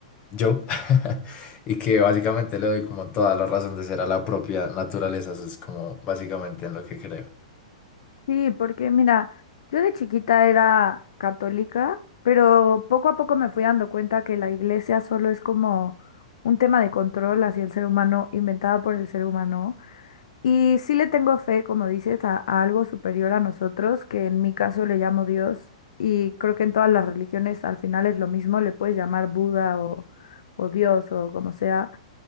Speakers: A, on the left; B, on the left.
A: yo <laughs> y que básicamente le doy como toda la razón de ser a la propia naturaleza, eso es como básicamente en lo que creo.
B: Sí, porque mira, yo de chiquita era católica, pero poco a poco me fui dando cuenta que la iglesia solo es como un tema de control hacia el ser humano, inventada por el ser humano. Y sí le tengo fe, como dices, a, a algo superior a nosotros, que en mi caso le llamo Dios. Y creo que en todas las religiones al final es lo mismo, le puedes llamar Buda o, o Dios o como sea.